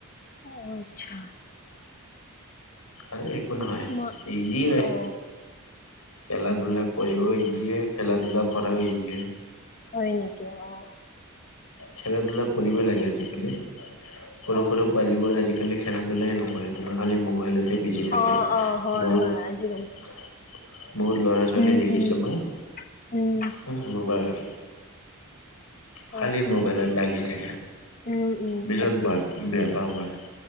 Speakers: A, on the left; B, on the left.
A: অ' আচ্ছা।
B: আৰু একো নহয়
A: মই
B: ইজি হয়।
A: অ
B: খেলা-ধূলা কৰিব ইজিয়ে খেলা-ধূলা কৰাও ইজিয়ে।
A: হয় নেকি অ'।
B: খেলা-ধূলা কৰিব‌ই লাগে আজিকালি। সৰু
A: অ
B: সৰু পোৱালী বোৰ আজিকালি খেলা ধূলাই নকৰে তোমাৰ খালি মোবাইলত। বিজি থাকে
A: অ অ হয়
B: বহুত।
A: হয় আজিকালি
B: বহুত ল'ৰা-ছোৱালী
A: উম
B: দেখিছো
A: উম
B: মই
A: উম
B: খুব মোবাইল।
A: হয়
B: খালী মোবাইলত লাগি থাকে
A: উম উম
B: বিৰাত
A: তাকে
B: বে বেয়া পাওঁ ম‌ই।